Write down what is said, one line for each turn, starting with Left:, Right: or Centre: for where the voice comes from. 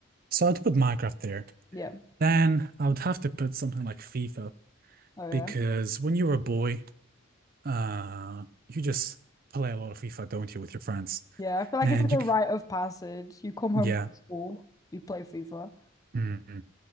Right: So I'd put Minecraft there.
Left: Yeah.
Right: Then I would have to put something like FIFA
Left: Oh yeah.
Right: because when you were a boy, uh, you just play a lot of FIFA, don't you, with your friends?
Left: Yeah, I feel like
Right: And
Left: it's like a
Right: you,
Left: rite
Right: c-
Left: of passage. You come home
Right: yeah.
Left: from school, you play FIFA.
Right: Mm.